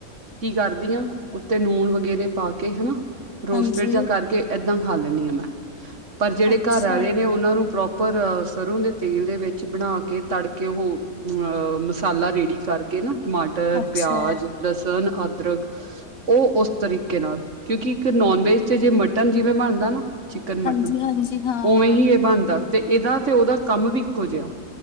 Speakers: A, on the right; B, on the left.
A: ਕੀ ਕਰਦੀ ਹਾਂ ਉੱਤੇ ਨੂਣ ਵਗੈਰੇ ਪਾ ਕੇ ਹਨਾ ਰੋਸਟਡ
B: ਹਾਂਜੀ
A: ਜਾਂ ਕਰਕੇ ਏਦਾਂ ਖਾ ਲੈਂਣੀ ਹਾਂ ਮੈਂ ਪਰ ਜਿਹੜੇ
B: ਅੱਛਾ
A: ਘਰ ਆੇ ਨੇ ਉਹਨਾਂ ਨੂੰ ਪ੍ਰੋਪ ਉੱਪਰ ਸਰ੍ਹੋਂ ਦੇ ਤੇਲ ਦੇ ਵਿੱਚ ਬਣਾ ਕੇ ਤੜਕੇ ਉਹ ਅਹ ਮਸਾਲਾ ਰੇਡੀ ਕਰਕੇ ਨਾ ਟਮਾਟਰ
B: ਅੱਛਾ
A: ਪਿਆਜ ਲਸਣ ਅਦਰਕ ਉਹ ਉਸ ਤਰੀਕੇ ਨਾਲ ਕਿਉਂਕਿ ਇੱਕ ਨੋਨ ਵੈਜ ਚ ਜੇ ਮਟਨ ਜਿਵੇਂ ਬਣਦਾ ਨਾ ਚਿਕਨ ਮਟਨ
B: ਹਾਂਜੀ ਹਾਂਜੀ ਹਾਂ
A: ਉਵੇਂ
B: ਹਾਂ
A: ਹੀ ਇਹ ਬਣਦਾ ਤੇ ਇਹਦਾ ਤੇ ਉਹਦਾ ਕੰਮ ਵੀ ਇੱਕੋ ਜਿਹਾ